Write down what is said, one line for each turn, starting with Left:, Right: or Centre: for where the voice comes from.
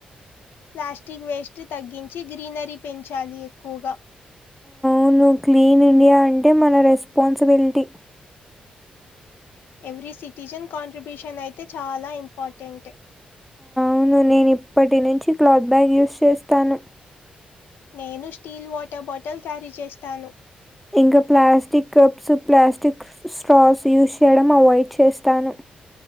Left: ప్లాస్టిక్ వేస్ట్ తగ్గించి గ్రీనరీ పెంచాలి ఎక్కువగా
Centre: వును క్లీన్ ఇండియా అంటే మన రెస్పాన్సిబిలిటీ
Left: ఎవ్రీ సిటిజన్ కాంట్రిబ్యూషన్ అయితే చాలా ఇంపార్టెంటె
Centre: వును నేను ఇప్పటి నుంచి క్లాత్ బ్యాగ్ యూస్ చేస్తాను.
Left: నేను స్టీల్ వాటల్ బాటల్ క్యారీ చేస్తాను.
Centre: ఇంకా plastic cups, plastic straws use చేయడం అవాయిడ్ చేస్తాను.